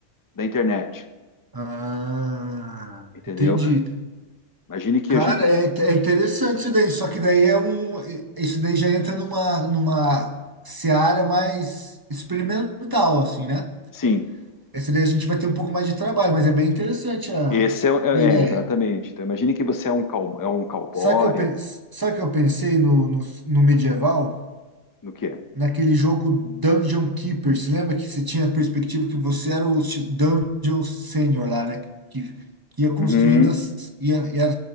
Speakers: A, on the left; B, on the right.
A: da internet,
B: Ah,
A: entendeu?
B: entendi.
A: Imagine que
B: Cara,
A: a gente,
B: é, in- é interessante isso daí, só que daí é um. Isso daí já entra numa, numa seara mais experimental, assim, né?
A: sim.
B: Essa daí a gente vai ter um pouco mais de trabalho, mas é bem interessante a,
A: Esse é, é-
B: a ideia.
A: é, exatamente. Então, imagine que você é um, cow- é um cowboy,
B: Sabe que eu, pen- sabe que eu pensei no, no, no medieval?
A: No que é?
B: Naquele jogo Dungeon Keeper. Você lembra que você tinha a perspectiva que você era o chi- Dungeon Senior lá, né? Que, que ia construindo
A: Uhum,
B: as. Ia, ia-